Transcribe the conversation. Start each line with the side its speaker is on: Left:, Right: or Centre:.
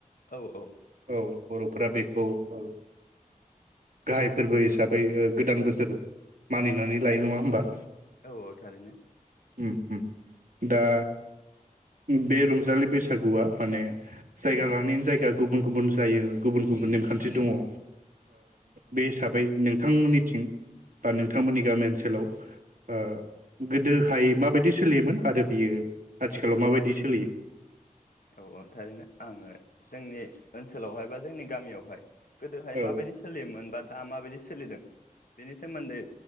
Left: औ औ
Right: औ बर'फ्रा बेखौ ओ गाहाय फोरबो हिसाबै ओ गोदान बोसोर मानिनानै लायो नङा होमबा
Left: औ औ थारैनो
Right: ओम ओम दा बे रंजालि बैसागुआ माने जायगा लानायनि जायगा गुबुन गुबुन जायो गुबुन गुबुन नेमखान्थि दङ ओ बे हिसाबै नोंथांमोननिथिं बा नोंथांमोननि गामि ओनसोलाव ओ गोदोहायै माबायदि सोलियोमोन आरो बियो आथिखालाव माबायदि सोलियो?
Left: औ थारैनो आङो जोंनि ओनसोल सोलावहाय बा जोंनि गामियावहाय गोदोहाय
Right: औ
Left: माबायदि सोलियोमोन बा दा माबायदि सो सोलिदों बेनि सोमोन्दै